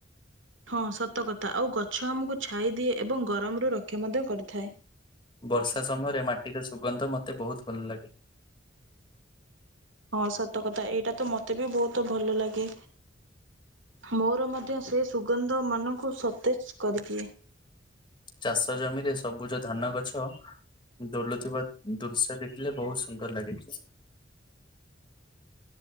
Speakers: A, on the right (about 85°); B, on the left (about 25°).
A: ହଁ ସତକଥା ଆଉ ଗଛ ଆମକୁ ଛାଇ ଦିଏ ଏବଂ ଗରମରୁୁ ରକ୍ଷା ମଧ୍ୟ କରିଥାଏ।
B: ବର୍ଷା ସମୟରେ ମାଟିର ସୁଗନ୍ଧ ମୋତେ ବୋହୁତ ଭଲ ଲାଗେ।
A: ସତକଥା ଏଇଟା ତ ମତେ ବି ବୋହୁତ ଭଲ ଲାଗେ ମୋର ମ ଧ୍ୟ ସେ ସୁଗନ୍ଧ ମନକୁ ସତେଜ କରିଦିଏ।
B: ଚାଷ ଜମିରେ ସବୁଜ ଧାନ ଗଛ ଦୋଲୁଥିବା ଦୃଶ୍ୟ ଦେଖିଲେ ବହୁତ ସୁନ୍ଦର ଲାଗେ।